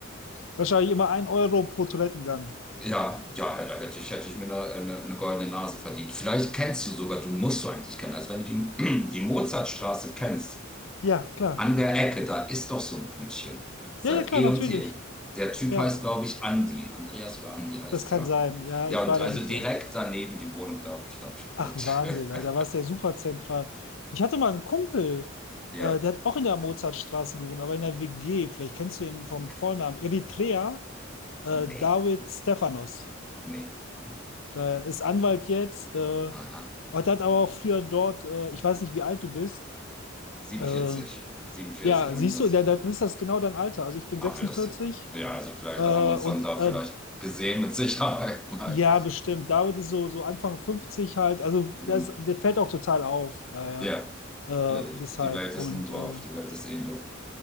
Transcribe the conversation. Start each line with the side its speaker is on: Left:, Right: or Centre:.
Left: Wahrscheinlich immer ein Euro pro Toilettengang.
Centre: Ja, ja, ja, da hätte ich, hätte ich mir eine, eine, eine goldene Nase verdient. Vielleicht kennst du sogar, du musst du eigentlich kennen. Also wenn du die, <clears throat> die Mozartstraße kennst,
Left: Ja, klar.
Centre: an der Ecke, da ist doch so ein Bütchen. Seit
Left: Ja, ja, klar,
Centre: eh
Left: natürlich.
Centre: und je. Der Typ
Left: Ja.
Centre: heißt, glaube ich, Andi. Andreas oder Andi heißt
Left: Das kann
Centre: er.
Left: sein. Ja,
Centre: Ja,
Left: ich
Centre: und
Left: war
Centre: also
Left: da nicht
Centre: direkt
Left: so oft.
Centre: daneben die Wohnung, da habe ich, da hab ich gewohnt.
Left: Ach, Wahnsinn,
Centre: <laughs>
Left: Alter, da war es ja super zentral. Ich hatte mal einen Kumpel,
Centre: Ja,
Left: äh, der hat auch in der Mozartstraße gewohnt, aber in der WG. Vielleicht kennst du ihn vom
Centre: okay.
Left: Vornamen. Eritrea, äh,
Centre: Nee,
Left: David Stephanos.
Centre: nee, nee.
Left: Der ist Anwalt jetzt. Äh,
Centre: Aha.
Left: und hat aber auch früher dort, äh, ich weiß nicht, wie alt du bist.
Centre: 47,
Left: Äh,
Centre: 47
Left: ja,
Centre: und
Left: siehst
Centre: das.
Left: du, der, dann ist das genau dein Alter. Also ich bin
Centre: Ach,
Left: 46
Centre: wie lustig. Ja, also vielleicht,
Left: äh,
Centre: dann haben wir uns
Left: und
Centre: dann da
Left: äh,
Centre: vielleicht gesehen mit Sicherheit mal.
Left: Ja, bestimmt. David ist so, so Anfang 50 halt. Also
Centre: Hm.
Left: das, der fällt auch total auf, daher.
Centre: Ja,
Left: Äh,
Centre: ja, die
Left: deshalb.
Centre: die Welt
Left: Und
Centre: ist ein Dorf,
Left: äh,
Centre: die Welt ist eh ein Dorf.